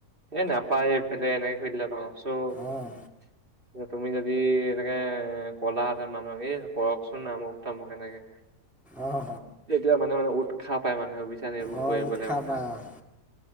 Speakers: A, on the right; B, in the centre.
A: এ নাপায় এইফালে এনেকে কৰি দিলা টোমাৰ চ
B: অঁ
A: তুমি যদি এনেকে এ গ'লাহঁতেৰ মানুহ এই কৰকচোন নমুক তামুক এনেকে।
B: অঁ
A: তেতিয়া মানে মানে উৎসাহ পায় মানুহে বু ন এইবোৰ
B: অঁ অঁ
A: কৰিবলৈ
B: উৎসাহ
A: মানে।
B: পায় অঁ